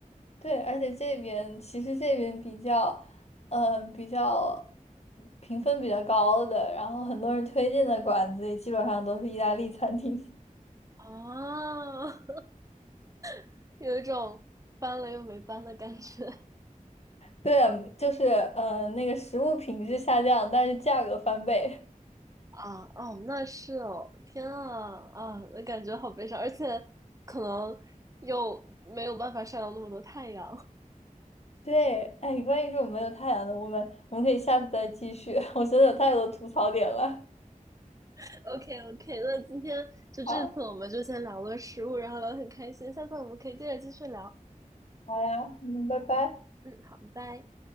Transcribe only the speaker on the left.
对，而且这边其实这边比较，嗯，比较评分比较高的，然后很多人推荐的馆子也基本上都是意大利餐厅。<laughs>
对啊就是嗯，呃那个食物品质下降，但是价格翻倍。
对，哎，关于这种没有太阳的，我们我们可以下次再继续。<laughs> 我真的有太多吐槽点了。
好，
好呀，嗯，拜拜。